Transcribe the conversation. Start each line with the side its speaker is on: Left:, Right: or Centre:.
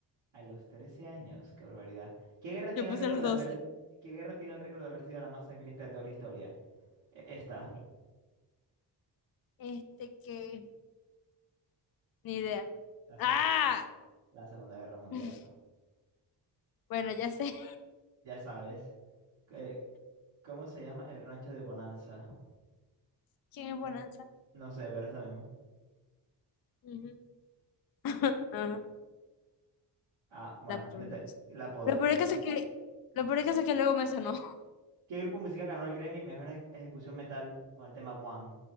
Right: A los 13 años, qué barbaridad. ¿Qué guerra tiene
Left: Yo puse
Right: el récord
Left: los
Right: de
Left: doce
Right: haber, qué guerra tiene el récord de haber sido la más sangrienta de toda la historia? E- Esta,
Left: Este que. Ni idea.
Right: la segunda,
Left: ¡Ah!
Right: la Segunda Guerra Mundial.
Left: <laughs> Bueno, ya sé
Right: Ya sabes, que- ¿cómo se llama el rancho de Bonanza?
Left: <laughs> quién es
Right: Le-
Left: Bonanza.
Right: No sé, pero esta misma.
Left: Ujú. <laughs> Ajá,
Right: Ah, bueno,
Left: la pronuncia.
Right: que te- La Poderosa.
Left: Lo peor del caso es que, lo peor del caso es que luego me sonó.
Right: ¿Qué grupo musical ganó el Grammy Mejor Eje- Ejecución Metal con el tema One?